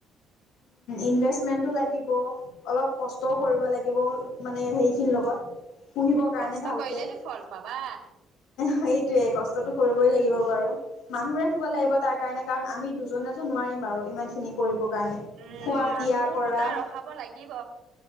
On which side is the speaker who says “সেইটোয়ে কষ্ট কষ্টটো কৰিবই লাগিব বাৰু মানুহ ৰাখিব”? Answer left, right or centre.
Left